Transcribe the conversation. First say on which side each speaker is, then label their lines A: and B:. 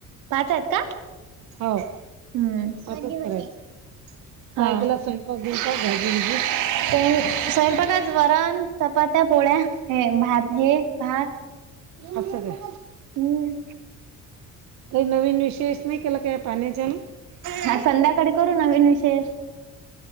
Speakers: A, on the right; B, on the right.
A: पाच आहेत का?
B: हो.
A: हम्म!
B: असंच
A: कधी
B: करायचं
A: होते.
B: काय
A: हा,
B: केला स्वयंपाक गिंपाक
A: <unintelligible>
B: भाजी गिजी
A: स्वयंपाक वरण, चपात्या, पोळ्या, हे भात, हे भात
B: अस काय
A: हम्म!
B: काही नवीन? विशेष नाही केला काय पाण्याच्यान
A: हा संध्याकाळी करू नवीन विशेष?